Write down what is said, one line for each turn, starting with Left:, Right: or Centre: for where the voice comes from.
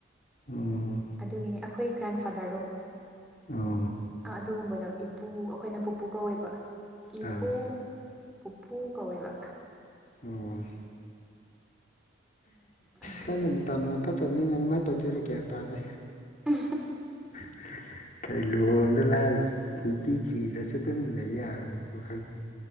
Left: ꯎꯝ
Centre: ꯑꯗꯨꯒꯤꯅꯤ ꯑꯩꯈꯣꯏ ꯒ꯭ꯔꯥꯟꯐꯥꯗꯔꯗꯣ
Left: ꯑꯣ
Centre: ꯑꯥ ꯑꯗꯨꯒꯨꯝꯕꯗꯣ ꯏꯄꯨ ꯑꯩꯈꯣꯏꯅ ꯄꯨꯄꯨ ꯀꯧꯋꯦꯕ ꯏꯄꯨ
Left: ꯑꯥ
Centre: ꯄꯨꯄꯨ ꯀꯧꯋꯦꯕ
Left: ꯎꯝ
Centre: ꯑꯗꯨꯒꯤ
Left: ꯁꯪꯗ ꯃꯇꯝꯅ ꯐꯠꯇꯕꯅꯤꯅ ꯀꯃꯥꯏꯅ ꯇꯧꯗꯣꯏꯔꯀꯦ ꯍꯥꯏꯕꯇꯥꯔꯦ
Centre: ꯎ
Left: ꯎꯝ ꯀꯩ ꯂꯨꯍꯣꯡꯗ ꯂꯥꯏꯔꯒ ꯅꯨꯄꯤ ꯊꯤꯗ꯭ꯔꯁꯨ ꯇꯝꯃꯤ ꯏꯟꯅ ꯂꯩ ꯌꯥꯕ ꯈꯪꯗꯦ